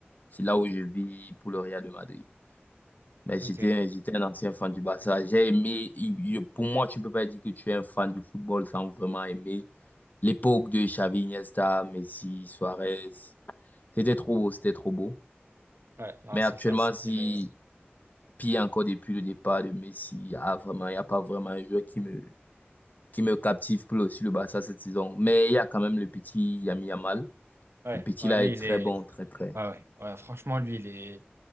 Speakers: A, on the left; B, on the right.
A: c'est là où je vis pour le Real de Madrid. Mais
B: ok.
A: j'étais, j'étais un ancien fan du Barça. J'ai aimé, il- je- pour moi, tu peux pas dire que tu es un fan du football sans vraiment aimer l'époque de Xavi, Iniesta, Messi, Suarez. C'était trop beau, c'était trop beau.
B: Ouais, non,
A: Mais
B: c'est
A: actuellement,
B: clair, c'était
A: si
B: le.
A: Puis il y a encore depuis le départ de Messi, ah, vraiment, il n'y a pas vraiment un joueur qui me, qui me captive pour le, sur le Barça cette saison. Mais il y a quand même le petit Yami Yamal.
B: Ouais,
A: Le petit
B: non,
A: là
B: lui,
A: est
B: il
A: très
B: est.
A: bon, très très.
B: Ouais, ouais, ouais. Franchement, lui, il est.